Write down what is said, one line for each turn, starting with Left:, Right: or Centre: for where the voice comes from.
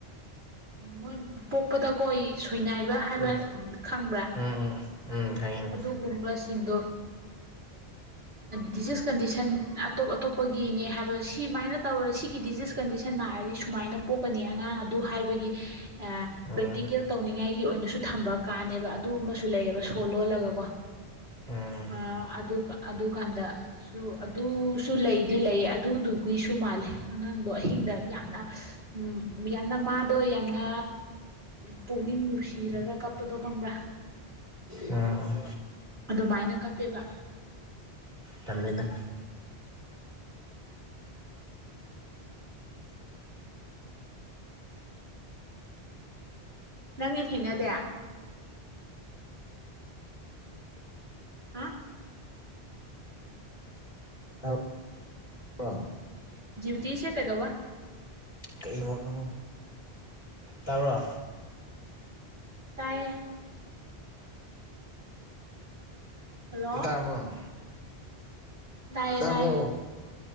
Right: ꯃꯣꯏ ꯄꯣꯛꯄꯗꯀꯣ ꯁꯣꯏꯅꯥꯏꯕ ꯍꯥꯏꯕ
Left: ꯎꯝ
Right: ꯈꯪꯕ꯭ꯔꯥ
Left: ꯎꯝ ꯎꯝ ꯎꯝ ꯎꯝ ꯈꯪꯉꯤꯅꯦ
Right: ꯑꯗꯨꯒꯨꯝꯕꯁꯤꯡꯗꯣ ꯗꯤꯖꯤꯁ ꯀꯟꯗꯤꯁꯟ ꯑꯇꯣꯞ ꯑꯇꯣꯞ ꯄꯣꯛꯄꯒꯤꯅꯦ ꯍꯥꯏꯕ ꯁꯤꯨꯃꯥꯏꯅ ꯇꯧꯔ ꯁꯤꯒꯤ ꯗꯤꯖꯤꯖ ꯀꯟꯗꯤꯁꯟ ꯅꯥꯔꯗꯤ ꯁꯨꯃꯥꯏꯅ ꯄꯣꯛꯀꯅꯤ ꯑꯉꯥꯡ ꯑꯗꯨ ꯍꯥꯏꯕꯒꯤ ꯑ
Left: ꯎꯝ
Right: ꯄ꯭ꯔꯦꯛꯇꯤꯀꯦꯜ ꯇꯧꯅꯤꯡꯉꯥꯏꯒꯤ ꯑꯣꯏꯅꯁꯨ ꯊꯝꯕ ꯀꯥꯟꯅꯦꯕ ꯑꯗꯨ ꯑꯃꯁꯨ ꯂꯩꯌꯦꯕ ꯁꯣ ꯂꯣꯜꯂꯒꯀꯣ
Left: ꯎꯝ
Right: ꯑ ꯑꯗꯨ ꯑꯗꯨꯀꯥꯟꯗ ꯁꯨ ꯑꯗꯨꯁꯨ ꯂꯩ ꯗꯤ ꯂꯩꯌꯦ ꯑꯗꯨꯗꯨꯒꯤꯁꯨ ꯃꯥꯜꯂꯦ ꯑꯉꯥꯡꯗꯣ ꯑꯍꯤꯡꯗ ꯌꯥꯝꯅ ꯎꯝ ꯌꯥꯝꯅ ꯃꯥꯗꯣꯏ ꯌꯥꯝꯅ ꯄꯨꯛꯅꯤꯡ ꯅꯨꯡꯁꯤꯔꯒ ꯀꯞꯄꯗꯣ ꯈꯪꯕ꯭ꯔꯥ
Left: ꯎꯝ
Right: ꯑꯗꯨꯃꯥꯏꯅ ꯀꯞꯄꯦꯕ
Left: ꯇꯜꯂꯦꯅꯦ
Right: ꯅꯪꯗꯤ ꯊꯦꯡꯅꯗꯦ ꯍꯥ
Left: ꯇꯥꯕ꯭ꯔ‌ꯣ
Right: ꯗꯤꯎꯇꯤꯁꯦ ꯀꯩꯗꯧꯕ
Left: ꯀꯩꯅ‌ꯣ ꯅꯪ ꯇꯥꯕ꯭ꯔꯣ
Right: ꯇꯥꯏꯌꯦ ꯍꯜꯂꯣ
Left: ꯇꯥꯔꯕꯣ
Right: ꯇꯥꯏꯌꯦ
Left: ꯇꯥꯕ꯭ꯔꯣ
Right: ꯇꯥꯏꯌꯦ